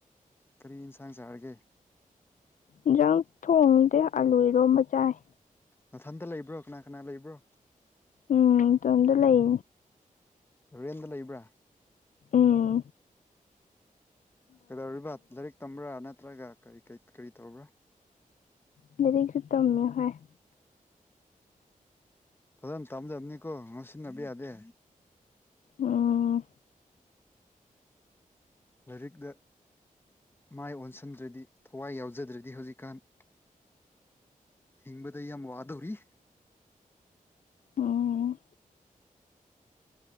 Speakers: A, on the left (about 15°); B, on the left (about 65°).
A: ꯀꯔꯤ ꯌꯦꯟꯁꯥꯡ ꯆꯥꯔꯒꯦ
B: ꯟꯖꯪ ꯊꯣꯡꯗꯦ ꯑꯂꯨ ꯏꯔꯣ ꯃꯆꯥꯏ
A: ꯃꯊꯟꯇ ꯂꯩꯕ꯭ꯔꯣ ꯀꯅꯥ ꯀꯅꯥ ꯂꯩꯕ꯭ꯔꯣ
B: ꯎꯝ ꯇ ꯑꯗ ꯂꯩ
A: ꯔꯦꯟꯗ ꯂꯩꯕ꯭ꯔꯥ
B: ꯎꯥ
A: ꯀꯩꯗꯧꯔꯤꯕ ꯂꯥꯏꯔꯤꯛ ꯇꯝꯕ꯭ꯔꯥ ꯅꯠꯇ꯭ꯔꯒ ꯀꯔꯤ ꯀꯔꯤ ꯇꯧꯕ꯭ꯔꯥ
B: ꯗꯦꯔꯤ ꯈꯨꯇꯝ ꯌ ꯍꯥꯏꯣꯏ
A: ꯐꯖꯅ ꯇꯥꯝꯖꯕꯅꯤꯀꯣ ꯉꯥꯡ ꯁꯤꯟꯅꯕ ꯌꯥꯗꯦ
B: ꯎꯝ
A: ꯂꯥꯏꯔꯤꯛꯗ ꯃꯥꯏ ꯑꯣꯟꯁꯤꯟꯗ꯭ꯔꯗꯤ ꯊꯋꯥꯏ ꯌꯥꯎꯖꯗ꯭ꯔꯗꯤ ꯍꯧꯖꯤꯛꯀꯥꯟ ꯍꯕꯗ ꯑꯩ ꯌꯥꯝ ꯋꯥꯗꯧꯔꯤ
B: ꯎꯝ